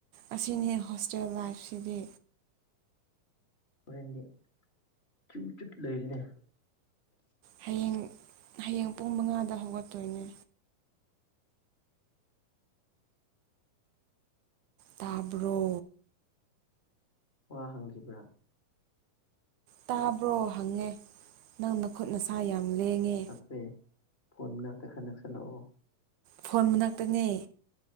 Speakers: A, on the right; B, on the left.
A: ꯑꯁꯤꯅꯤ ꯍꯣꯁꯇꯦꯜ ꯂꯥꯏꯐꯁꯤꯗꯤ
B: ꯍꯣꯔꯦꯟꯗꯤ ꯆꯨ ꯆꯨꯠ ꯂꯩꯔꯤꯅꯦ
A: ꯍꯌꯦꯡ ꯍꯌꯦꯡ ꯄꯨꯡ ꯃꯉꯥꯗ ꯍꯧꯒꯠꯇꯣꯏꯅꯦ ꯇꯥꯕ꯭ꯔꯣ
B: ꯋꯥ ꯍꯪꯈꯤꯕ꯭ꯔꯥ
A: ꯇꯥꯕ꯭ꯔꯣ ꯍꯪꯉꯦ ꯅꯪꯅ ꯈꯨꯠ ꯅꯁꯥ ꯌꯥꯝ ꯂꯦꯡꯉꯦ
B: ꯄꯦ ꯐꯣꯟ ꯃꯅꯥꯛꯇ ꯈꯔ ꯅꯛꯁꯜꯂꯛꯑꯣ
A: ꯐꯣꯟ ꯃꯅꯥꯛꯇꯅꯦ